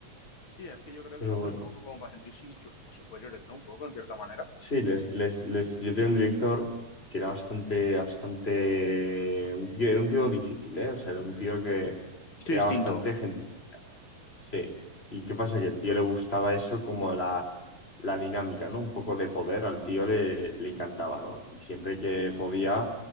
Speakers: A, on the left (about 40°); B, on the left (about 20°).
A: Sí, es que yo creo
B: Pero
A: que lo hacen
B: bueno.
A: un poco como para sentirse incluso hasta superiores, ¿no? Un poco, en cierta manera.
B: Sí, les, les, les, yo tenía un director que era bastante, bastante, un tío, era un tío difícil, ¿eh? O sea, era un tío que
A: estoy
B: era
A: distinto.
B: bastante gente. Sí. ¿Y qué pasa? Que el tío le gustaba eso como la, la dinámica, ¿no? Un poco de poder, al tío le, le encantaba, ¿no? Y siempre que podía,